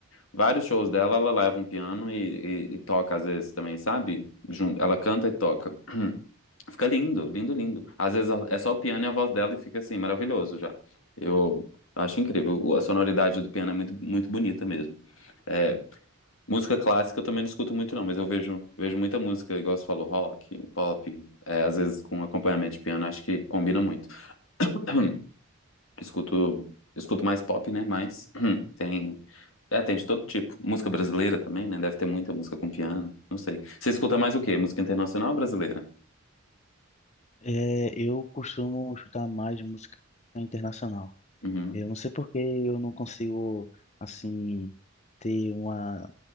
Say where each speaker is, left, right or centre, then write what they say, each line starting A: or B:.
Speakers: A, on the left; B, on the left.
A: vários shows dela, ela leva um piano e, e- e toca às vezes também, sabe? Junto, ela canta e toca. <clears throat> Fica lindo, lindo, lindo. Às vezes é só o piano e a voz dela e fica assim, maravilhoso já. Eu acho incrível. A sonoridade do piano é muito, muito bonita mesmo. É, Música clássica eu também não escuto muito, não, mas eu vejo, vejo muita música, igual você falou, rock, pop, é, às vezes com acompanhamento de piano, acho que combina muito. <clears throat> Escuto, escuto mais pop, né? Mas <clears throat> tem, é, tem de todo tipo. Música brasileira também, né? Deve ter muita música com piano, não sei. Você escuta mais o quê? Música internacional ou brasileira?
B: É, eu costumo escutar mais música internacional.
A: Uhum,
B: Eu não sei porque eu não consigo, assim, ter uma,